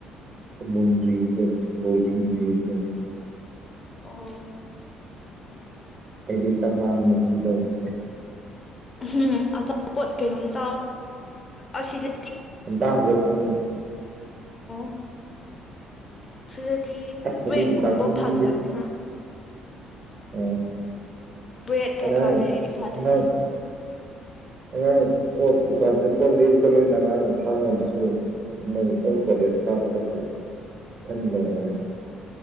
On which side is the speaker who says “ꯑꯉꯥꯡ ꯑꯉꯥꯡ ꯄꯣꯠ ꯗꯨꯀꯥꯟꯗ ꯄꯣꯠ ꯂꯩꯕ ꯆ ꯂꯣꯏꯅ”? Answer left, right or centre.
Right